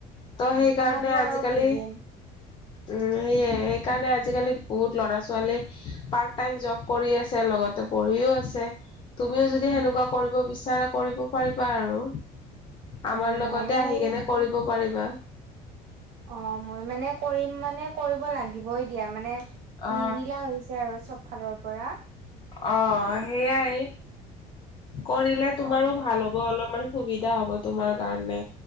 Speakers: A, on the left; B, on the right.
A: ত' সেইকাৰণে
B: কিমাননো
A: আজি-কালি
B: আৰু খুজিম।
A: উম, সেয়ে সেইকাৰণে আজি-কালি বহুত ল'ৰা-ছোৱালী পাৰ্ট টাইম জব কৰি আছে লগত। পঢ়িও আছে। তুমিও
B: উম,
A: যদি সেনেকুৱা কৰিব বিচাৰা কৰিব পাৰিবা আৰু। আমাৰ
B: উম,
A: লগতে
B: ময়ো
A: আহি
B: এই
A: কেনে কৰিব পাৰিবা।
B: অঁ, মই মানে, কৰিম মানে, কৰিব লাগিবই দিয়া? মানে
A: অ
B: নিমিলা হৈছে আৰু চব ফালৰ পৰা।
A: অঁ, সেইয়াই, কৰিলে
B: কাৰণে
A: তোমাৰো ভাল হ'ব। অলপমান সুবিধা হ'ব তোমাৰ কাৰণে